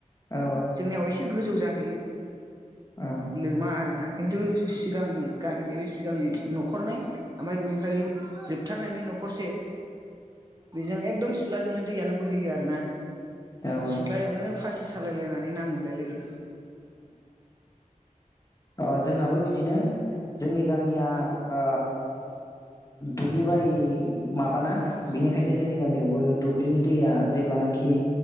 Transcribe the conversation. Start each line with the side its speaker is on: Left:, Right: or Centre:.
Left: औ
Right: जोंनियाव एसे गोजौ जा हैयो।
Left: औ
Right: लोमा आरोना। खिन्थु सिगांनि गामिनि बै सिगांनि न'खरनै ओमफाय बिनिफ्राय जोबथारनायनि न'खरसे बेजों एकदम सि थ्लाजोंनो दैयानो बोहैयो आरो ना
Left: औ
Right: सिथ्लायावनो फासि सालायलायनानै ना मोनलाय लायो।
Left: ओ जोंनाबो बिदिनो जोंनि गामिया ओ दुब्लिबारि माबाना बिनिखायनो जोंनि गामियावबो दुब्लिनि दैया जेब्लानाखि